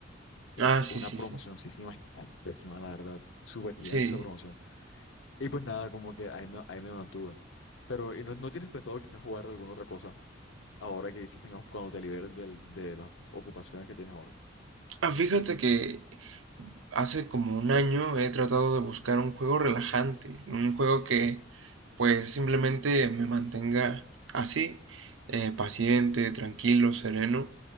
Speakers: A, on the left (about 70°); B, on the right (about 80°).
A: Es
B: ah, sí,
A: una
B: sí,
A: promocioncísima,
B: sí,
A: gigantísima, la verdad, súper gigante
B: sí.
A: esa promoción. Y pues nada, como que ahí me, ahí me mantuve. Pero, ¿y no, no tienes pensado quizás jugar alguna otra cosa ahora que quizás tengas cuando te liberes del- de las ocupaciones que tienes ahora?
B: Ah, fíjate que hace como un año he tratado de buscar un juego relajante, un juego que pues simplemente me mantenga así, eh, paciente, tranquilo, sereno.